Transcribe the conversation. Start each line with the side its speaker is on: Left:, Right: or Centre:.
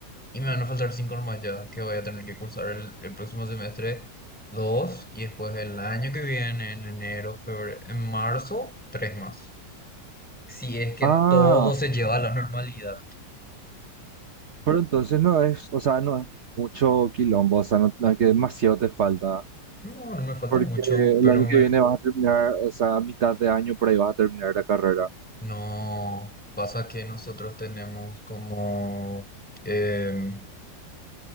Centre: Y me van a faltar cinco nomás ya, que voy a tener que cursar el, el próximo semestre dos y después el año que viene, en enero, febrero, en marzo, tres más. Si es que
Right: Ah,
Centre: todo se lleva a la normalidad.
Right: pero entonces no es, o sea, no es mucho quilombo, o sea, no, no es que demasiado te falta,
Centre: No, no me falta
Right: porque
Centre: mucho,
Right: el
Centre: pero
Right: año
Centre: me
Right: que viene vas a terminar, o sea, a mitad de año por ahí vas a terminar la carrera.
Centre: No, pasa que nosotros tenemos como, em,